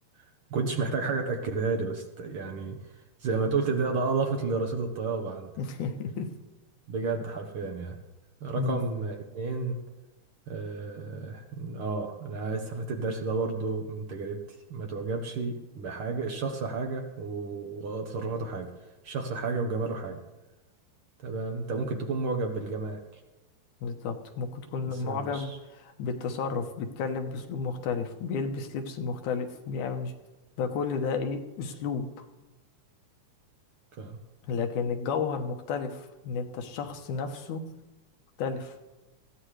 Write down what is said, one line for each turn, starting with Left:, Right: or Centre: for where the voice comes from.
Right: ما كنتش محتاج حاجه تاكدها لي بس ت- يعني زي ما تقول ده ده اضافت لرصيد الطيابه عندك
Left: <laughs>
Right: بجد حرفيا يعني رقم
Left: مم.
Right: اتنين اه آه، انا استفدت الدرس ده برضو من تجربتي ما تعجبش بحاجة الشخص حاجة وتصرفاته حاجة الشخص حاجة وجماله حاجة تمام انت ممكن تكون معجب بالجمال
Left: بالظبط ممكن تكون
Right: بس
Left: معجب
Right: ما انتش
Left: بالتصرف بيتكلم بأسلوب مختلف بيلبس لبس مختلف بيعمل مش ده كل ده إيه أسلوب
Right: فاهم
Left: لكن الجوهر مختلف إن أنت الشخص نفسه مختلف